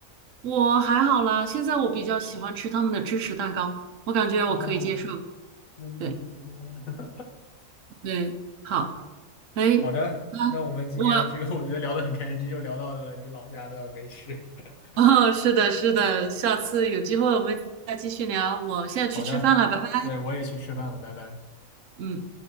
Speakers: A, on the right; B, on the left.
A: 我还好啦，现在我比较喜欢吃他们的芝士蛋糕，我感觉我可以接受。
B: 哦，那那你挺厉害的。
A: 对对，好，
B: <laughs>
A: 哎，
B: 好的，
A: 啊，
B: 那我们今天这个我觉得聊得很开心，
A: 我
B: 又聊到了你老家的美食。<laughs>
A: <laughs> 哦，是的，是的，下次有机会我们再继续聊。我现在去吃饭了，
B: 好的，
A: 拜拜。
B: 对，我也去吃饭了，拜拜。
A: 嗯。